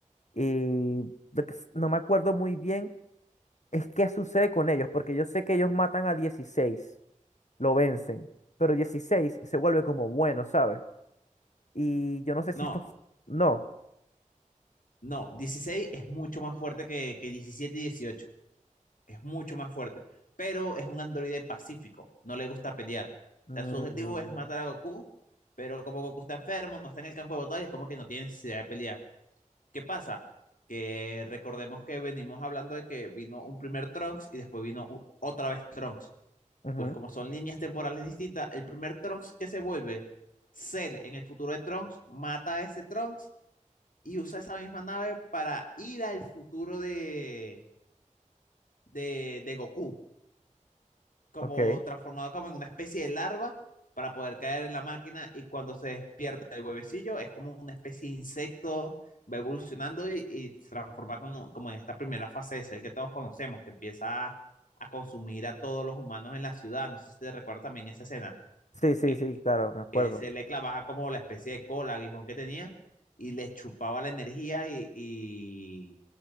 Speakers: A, on the left; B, on the left.
A: Y lo que s- no me acuerdo muy bien Es que sucede con ellos, porque yo sé que ellos matan a dieciséis lo vencen, pero 16 se vuelve como bueno, ¿sabes? Y yo no sé si
B: No,
A: esto... No.
B: No, 16 es mucho más fuerte que, que 17 y 18. Es mucho más fuerte. Pero es un androide pacífico. No le gusta pelear. O
A: Mm,
B: sea, su objetivo es matar a Goku. Pero como Goku está enfermo, no está en el campo de batalla, es como que no tiene necesidad de pelear. ¿Qué pasa? Que recordemos que venimos hablando de que vino un primer Trunks y después vino u- otra vez Trunks.
A: ujú,
B: Pues como son líneas temporales distintas, el primer Trunks que se vuelve Cell en el futuro de Trunks mata a ese Trunks y usa esa misma nave para ir al futuro de, de, de Goku, como
A: ok.
B: transformado como en una especie de larva para poder caer en la máquina y cuando se despierta el huevecillo es como una especie de insecto, va evolucionando y, y se transforma como, como en esta primera fase de ser que todos conocemos, que empieza a, a consumir a todos los humanos en la ciudad. No sé si te recuerdas también esa escena,
A: Sí, sí,
B: que
A: sí, claro, me acuerdo.
B: que se le clavaba como la especie de cola, aguijón que tenía, y le chupaba la energía y, y,